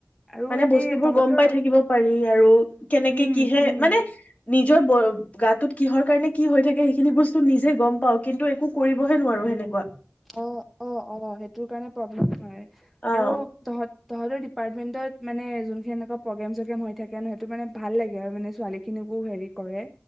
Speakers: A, in the centre; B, on the left.
A: আৰু
B: মানে
A: এনে
B: বস্তুবোৰ
A: তহঁতৰ
B: গম পাই থাকিব পাৰি আৰু কেনেকে
A: উম
B: কিহে,
A: উম
B: মানে। নিজৰ গাটোত কিহৰ কাৰণে কি হৈ থাকে খিনি বস্তু নিজে গম পাওঁ কিন্তু একো কৰিবহে নোৱাৰো সেনেকুৱা।
A: অ অ অ সেইটোৰ কাৰণে প্ৰব্লেম হয়
B: অ
A: আৰু তহঁত তহঁতৰ ডপাৰ্টমেণ্টত মানে যোনখিনি এনেকুৱা প্ৰগ্ৰেম চগ্ৰেম হৈ থাকে সেইটো মানে ভাল লাগে আৰু মানে ছোৱালীখিনিকো হেৰি কৰে